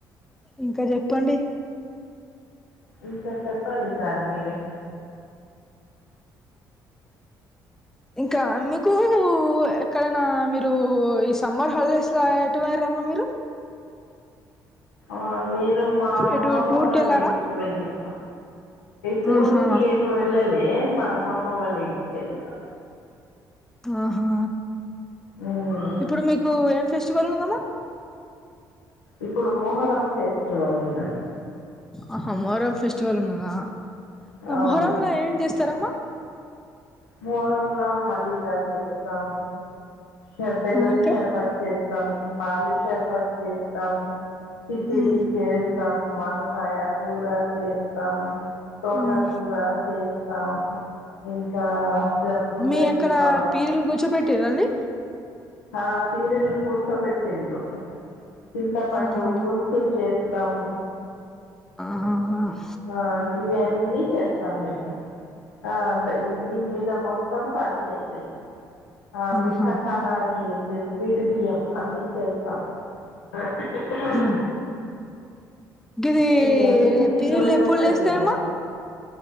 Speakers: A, in the centre; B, on the left (about 85°).
A: ఇంక చెప్పండి
B: ఇంకా చెప్పాలి సార్ మీరే
A: ఇంకా మీకూ ఎక్కడనా మీరూ ఈ సమ్మర్ హాలిడేస్లో ఎటు పోయిర మ్మ మీరు
B: ఆ నేను మా అమ్మమ్మ
A: ఎటు టూర్
B: వాళ్ళ
A: కి వెళ్ళారా
B: ఇంటికి వెళ్ళిన టూర్కి
A: ఆహా
B: ఎటువెళ్ళలే మా అమ్మమ్మ వాళ్ళ ఇంటికేళ్ళినా
A: ఆహా
B: ఉమ్,
A: ఇప్పుడు మీకు ఏం ఫెస్టివల్ ఉన్నదమా
B: ఇప్పుడు మొహరం ఫెస్టివల్ ఉన్నది
A: ఆహా మొహర్రం ఫెస్టివల్ ఉన్నదా ఒ
B: అవును
A: మొహర్రంలా ఏం చేస్తారమ్మా
B: మోహరంలా మళ్ళీదా చేస్తాం. ష బెల్లం
A: ఆ ఇంకా
B: షర్బత్ చేస్తాం. పాలు షర్బత్ చేస్తాం. కిచిడి
A: మ్మ్
B: చేస్తాం. వంకాయా కూర చేస్తాం. తోట
A: మ్మ్
B: కూర చేస్తాం. ఇంకా చ- పుల్లటి
A: మీ అక్కడ
B: పా
A: పీరులు కూర్చోపెట్టిరండి.
B: ఆ పీరీలు కూసబెట్టిండ్రు చింతపండు
A: ఆహా
B: పులుసు చేస్తాం.
A: ఆహాహా
B: ఆ ఇవి అన్నీ చేస్తాం. మేము ఆ ఈ దీని మీద మొత్తం, ఫతీ అయితయి ఆ మిఠాఖానాని
A: ఆహా
B: స్డ్ బియ్యం అవి చే స్తాం. అ హ్
A: ఆహా గిది
B: ఇవన్నీ తిన్నడే
A: పీరీలు ఎప్పుడు
B: ఉంటది.
A: లేస్తాయమ్మా
B: ఇగ మాకు